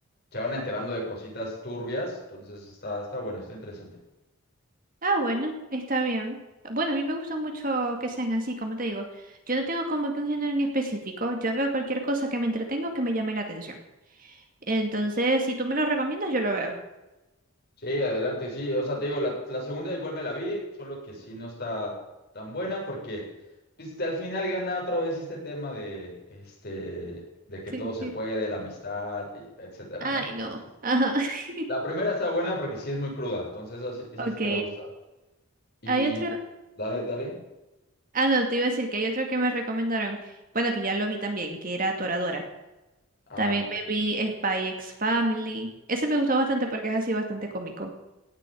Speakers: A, on the left; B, on the right.
A: se van enterando
B: O-
A: de cositas turbias. Entonces está, está bueno, está interesante.
B: Ah, bueno, está bien. Bueno, a mí me gusta mucho que sean así, como te digo. Yo no tengo como que un género en específico. Yo veo cualquier cosa que me entretenga o que me llame la atención. Entonces, si tú me lo recomiendas, yo lo veo.
A: Sí, adelante, sí. O sea, te digo, la, la segunda igual me la vi, solo que sí no está tan buena porque pues, al final gana otra vez este tema de, este, de que
B: Sí,
A: todo se
B: que-
A: puede, la amistad, y etcétera,
B: Ay,
A: ¿no? Entonces,
B: no. Ajá. <laughs>
A: la primera está buena porque sí es muy cruda, entonces esa, sí- esa
B: Ok.
A: sí te va a gustar. Y
B: Hay otro.
A: dale, dale.
B: Ah, no, te iba a decir que hay otro que me recomendaron. Bueno, que ya lo vi también, que era Toradora.
A: Ah,
B: También
A: no.
B: me vi Spy X Family. Ese me gustó bastante porque es así bastante cómico.